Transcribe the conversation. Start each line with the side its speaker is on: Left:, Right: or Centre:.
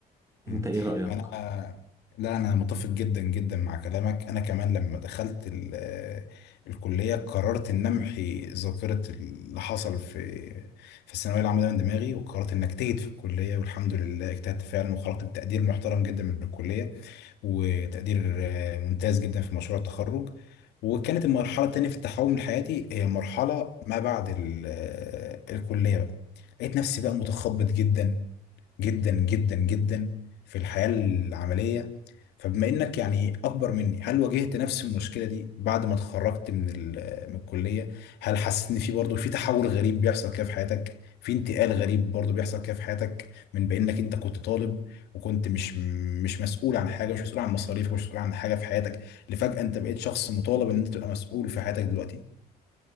Right: انت
Left: مم.
Right: ايه رأيك؟
Left: انا لا انا متفق جدا جدا مع كلامك انا كمان لما دخلت ال- آه، الكليه قررت ان امحي ذاكره اللي حصل في في الثانويه العامه ده من دماغي وقررت ان اجتهد في الكليه والحمد لله اجتهدت فعلا وخرجت بتقدير محترم جدا من الكليه وتقدير آه، ممتاز جدا في مشروع التخرج وكانت المرحله التانيه في التحول حياتي هي مرحله ما بعد ال- آه، الكليه بقى لقيت نفسي بقى متخبط جدا جدا جدا جدا في الحياة العملية فبما انك يعني اكبر مني هل واجهت نفس المشكلة دي بعد ما اتخرجت من ال- من الكلية هل حسيت ان في برضه في تحول غريب بيحصل كده في حياتك في انتقال غريب برضه بيحصل كده في حياتك من بانك انت كنت طالب وكنت مش مش مسؤول عن حاجة مش مسؤول عن مصاريفك مش مسؤول عن حاجة في حياتك لفجأة انت بقيت شخص مطالب ان انت تبقى مسؤول في حياتك دلوقتي